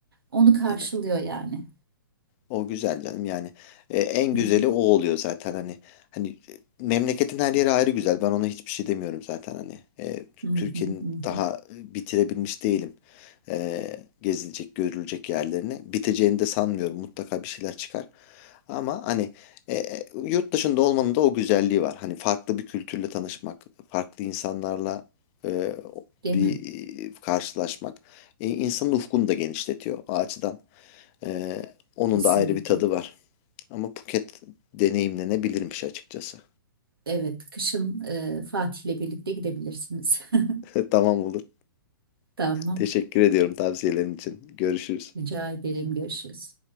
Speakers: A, on the right; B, on the left.
A: Onu karşılıyor
B: Aynen.
A: yani.
B: O güzel canım yani E, en
A: Hı
B: güzeli
A: hı,
B: o oluyor zaten hani hani e, memleketin her yeri ayrı güzel ben ona hiçbir şey demiyorum zaten hani E,
A: hı
B: Türkiye'nin
A: hı, hı hı.
B: daha e, bitirebilmiş değilim E, gezilecek görülecek yerlerini biteceğini de sanmıyorum mutlaka bir şeyler çıkar ama hani e, e, yurt dışında olmanın da o güzelliği var hani farklı bir kültürle tanışmak farklı insanlarla e,
A: Değil
B: bir
A: mi?
B: e, karşılaşmak e, insanın ufkunu da genişletiyor o açıdan. Ee, onun
A: Kesinlikle.
B: da ayrı bir tadı var. Ama Phuket deneyimlenebilirmiş açıkçası.
A: Evet, kışın e, Fatih'le birlikte gidebilirsiniz. <laughs>
B: <laughs> Tamam olur.
A: Tamam.
B: Teşekkür ediyorum tavsiyelerin için. Görüşürüz.
A: Rica ederim. Görüşürüz.